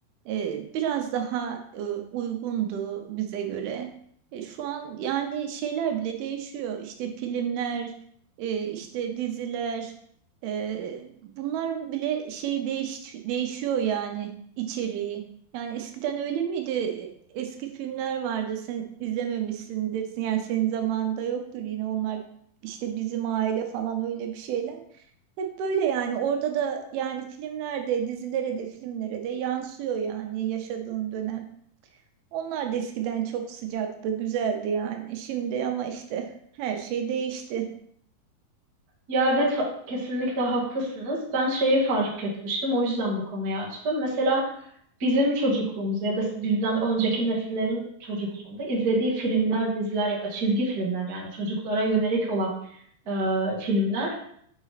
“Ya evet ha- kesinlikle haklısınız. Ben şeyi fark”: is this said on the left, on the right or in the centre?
Right